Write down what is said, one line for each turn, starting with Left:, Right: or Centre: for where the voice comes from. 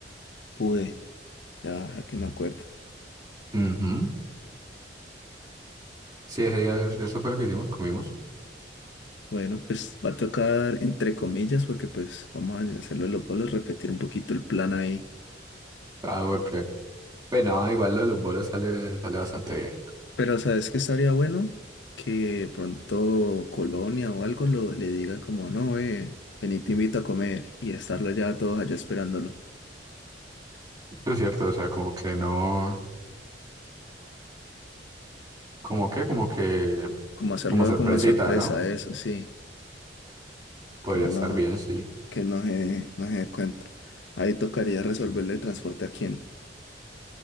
Left: pude. Ya, ahora que me acuerdo.
Right: Ujú. Sí, ese día- eso fue lo que hicimos, comimos.
Left: Bueno, pues va a tocar entre comillas, porque pues vamos a hacerlo de los polos, repetir un poquito el plan ahí.
Right: Ah, porque, pero no, igual lo de los bolos sale, sale bastante bien.
Left: Pero ¿sabes qué estaría bueno? Que pronto Colonia o algo lo, le diga como, no, eh, vení, te invito a comer y estarlo ya todos allá esperándolo.
Right: Es cierto, o sea, como que no, como que, como que,
Left: Como hacerlo
Right: como sorpresita,
Left: como a sorpresa,
Right: ¿no?
Left: eso sí,
Right: Podría
Left: que no,
Right: estar bien, sí.
Left: que no se, no se dé cuenta. Ahí tocaría resolverle el transporte a quién,